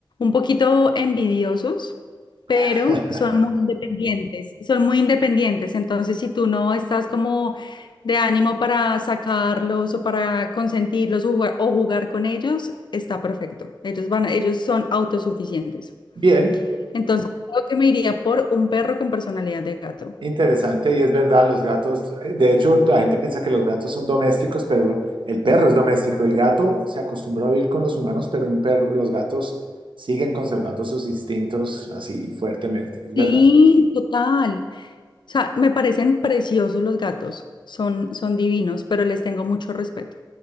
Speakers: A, on the left; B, on the right.
A: poquito envidiosos, pero
B: <laughs>
A: son muy independientes, son muy independientes. Entonces, si tú no estás como de ánimo para sacarlos o para consentirlos o jugar, o jugar con ellos, está perfecto. Ellos van, a- ellos son autosuficientes.
B: Bien.
A: Entonces, creo que me iría por un perro con personalidad de gato.
B: Interesante, y es verdad, los gatos, eh, de hecho, la gente piensa que los gatos son domésticos, pero lo- el perro es doméstico. El gato se acostumbró a vivir con los humanos, pero un perro, los gatos siguen conservando sus instintos así fuertemente, es verdad.
A: Sí, total. O sea, me parecen preciosos los gatos. Son, son divinos, pero les tengo mucho respeto.